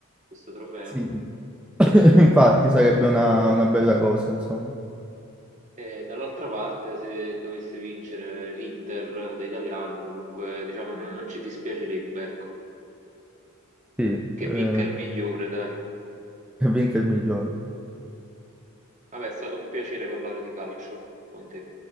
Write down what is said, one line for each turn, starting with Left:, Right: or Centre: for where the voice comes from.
Right: questo trofeo.
Centre: Sì, <coughs> <laughs> infatti sarebbe una, una bella cosa, insomma.
Right: E dall'altra parte, se dovesse vincere l'Inter dei italiani, comunque diciamo non, non ci dispiacerebbe, ecco.
Centre: Sì, eh,
Right: Che vinca il migliore, dai.
Centre: che vinca il migliore.
Right: Vabbè, è stato un piacere parlare di calcio con te.